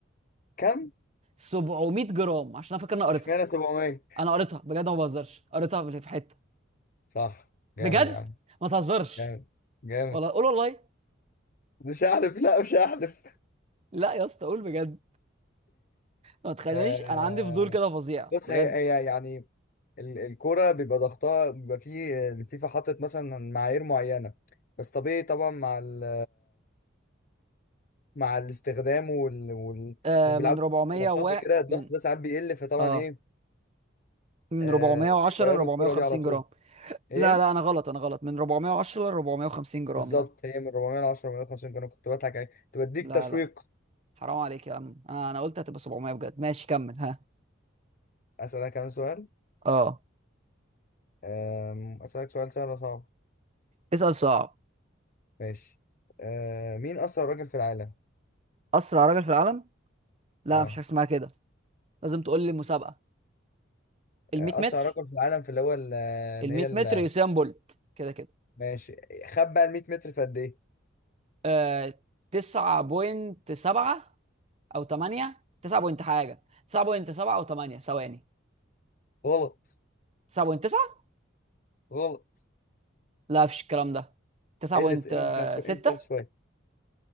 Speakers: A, on the left; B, on the right.
A: كم؟
B: 700 جرام عشان انا فاكر اني قريتها
A: اشمعنى 700
B: انا قريتها بجد ما بهزرش قريتها في في حته
A: صح
B: بجد
A: جامد يا عم
B: ما تهزرش
A: جامد جامد
B: والله قول والله
A: مش هحلف لا مش هحلف
B: لا يا اسطى قول بجد ما تخلينيش
A: آه
B: انا عندي فضول كده فظيع
A: بص
B: بجد
A: هي هي يعني ال- الكرة بيبقى ضغطها بيبقى فيه الفيفا حاطط مثلا معايير معينة بس طبيعي طبعا مع ال مع الاستخدام وال وال
B: آه
A: إنهم بيلعبوا
B: من 400
A: ماتشات
B: و
A: وكده الضغط
B: من
A: ده ساعات بيقل فطبعا
B: اه
A: ايه
B: من
A: آه
B: 410
A: بيغيروا
B: ل 450
A: الكرة دي على طول
B: جرام
A: ايه
B: لا لا انا غلط انا غلط من 410 ل 450 جرام
A: بالظبط
B: لا
A: هي من 400 ل 10 450 كانوا كنت بضحك عليه. كنت بديك
B: لا
A: تشويق
B: لا حرام عليك يا عم انا انا قلت هتبقى 700 بجد ماشي كمل ها
A: اسألك كمان سؤال
B: اه
A: آم، اسألك سؤال سهل ولا صعب
B: اسأل صعب
A: ماشي آه مين أسرع راجل في العالم؟
B: اسرع راجل في العالم لا
A: اه
B: مفيش حاجه اسمها كده لازم تقول لي مسابقه ال
A: أسرع
B: 100 متر
A: راجل في العالم في اللي هو ال- اللي
B: ال 100
A: هي ال-
B: متر يوسين بولت كده كده
A: ماشي خد بقى ال 100 متر في قد إيه؟
B: آه 9.7 او 8 9 بوينت حاجه 9.7 او 8 ثواني
A: غلط
B: 9.9
A: غلط
B: لا مفيش الكلام ده 9.6
A: اللي ت- انزل تحت شوية انزل تحت شوية